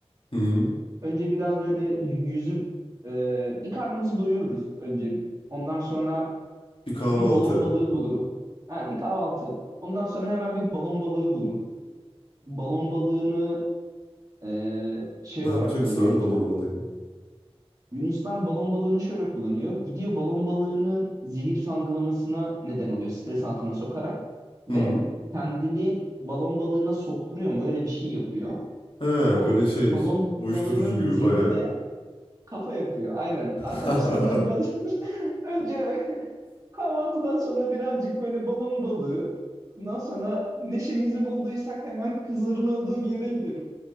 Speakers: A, on the left; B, on the right.
A: Hı hı.
B: Önce biraz böyle y- yüzüp e, bir karnımızı doyururuz önce. Ondan sonra
A: Bir kahvaltı.
B: bir balon balığı bulurum. Ha, bir kahvaltı. Ondan sonra hemen bir balon balığı bulurum. Balon balığını e, şey
A: Ne
B: olarak
A: yapacaksın
B: kullanıyor
A: abi
B: Yunuslar.
A: balon balayı?
B: Yunuslar balon balığını şöyle kullanıyor. Gidiyor balon balığının zehir salgılamasına neden oluyor. Stres altına sokarak ve
A: Hı.
B: kendini balon balığına sokturuyor mu? Öyle bir şey yapıyor.
A: He,
B: O
A: böyle şey
B: balon
A: uyuşturucu
B: balığının
A: gibi
B: zehri
A: bayağı.
B: de kafa yapıyor. Aynen.
A: <laughs>
B: Arkadaşlarımla biraz <laughs> önce kahvaltıdan sonra birazcık böyle balon balığı. Ondan sonra neşemizi bulduysak hemen kızların olduğu bir yere giderim.